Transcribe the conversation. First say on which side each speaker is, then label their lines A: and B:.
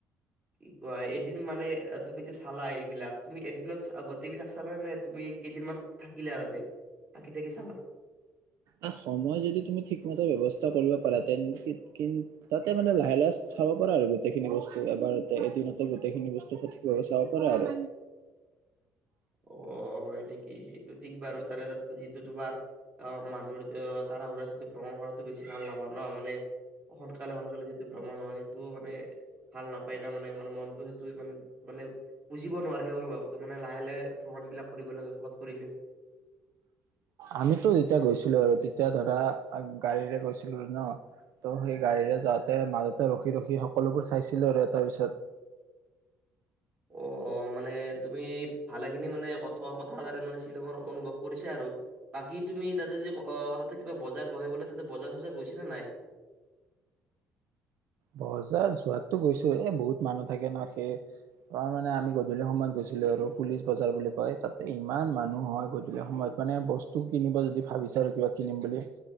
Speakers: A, on the right; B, on the right.
A: কি কোৱা এইদিন মানে। তুমি যে চালা এইবিলাক তুমি এদিনত গোটবিলাক চালা নে তুমি কেইদিনমান থাকিলা আৰুতে থাকি থাকি চালা।
B: আহ সময় যদি তুমি ঠিকমতে ব্যাৱস্থা কৰিব পাৰা তেন্তে কিন্ত তাতে মানে লাহে লাহে চাব পাৰা আৰু গোটেইখিনি বস্তু এবাৰতে এদিনতে গোটেইখিনি বস্তু সঠিকভাৱে চাব পাৰা আৰু।
A: অ হয় নেকি? এটো ঠিক বাৰু তাৰে তাত যিটো তোমাৰ অ মানুহৰ তাৰ সুৰা যিটো ভ্ৰমণ কৰা। বেছি ভাল নাপাওঁ ন মানে সোনকালে সোনকালে যিটো ভ্ৰমণ হয় সেইটো মানে ভাল নাপায় না মানে মানে মন। টো সেইটো মানে মানে বুজিব নোৱাৰে সিহৰ বাবে বুজিব নোৱাৰে মানে লাহে লাহে। ভ্ৰমণ বিলাক কৰিব লাগে ক'ৰবাত কৰিলেও
B: আমিতো এতিয়া গৈছিলো আৰু তেয়া। এতিয়া ধৰা গাড়ীৰে গৈছিলো ন ত' সেই গাড়ীৰে যাওঁতে মাজতে ৰখি ৰখি সকলোবোৰ চাইছিলো আৰু এ তাৰ পিছত।
A: আহ মানে তুমি ভালেখিনি মানে কথা কথা তাৰে মানে শ্বিলঙৰ অনুভৱ কৰিছা আৰু বাকী তুমি তাতে যে তাতে কিবা বজাৰ বহে বোলে তাতে বজাৰ চজাৰ গৈছে নাই?
B: বজাৰ যোৱাতো গৈছো এ বহুত মানুহ থাকে ন সেই। তাৰ মানে আমি গোটে। গধূলি সময়ত গৈছিলো আৰু পুলিচ বজাৰ বুলি কয় তাতে ইমান মানুহ হয় গধূলি সময়ত মানে বস্তু কিনিব যদি ভাবিছে আৰু কিবা কিনিম বুলি